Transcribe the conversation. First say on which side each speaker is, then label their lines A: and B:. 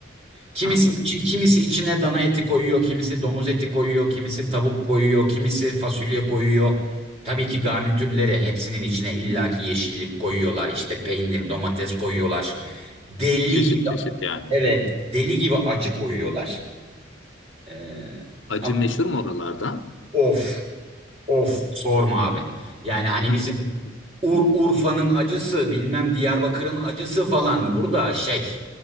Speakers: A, on the right; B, on the left.
A: Kimisi
B: Anladım.
A: içi- kimisi içine dana eti koyuyor, kimisi domuz eti koyuyor, kimisi tavuk koyuyor, kimisi fasulye koyuyor. Tabii ki garnitürleri hepsinin içine illaki yeşillik koyuyorlar, işte peynir, domates koyuyorlar. Deli
B: Çeşit
A: gibi
B: çeşit yani.
A: Evet, deli gibi acı koyuyorlar. Ee,
B: Acı
A: ama
B: meşhur mu oralarda?
A: of, of sorma abi. Yani hani
B: <laughs>
A: bizim Ur Urfa'nın acısı, bilmem Diyarbakır'ın acısı falan burada şey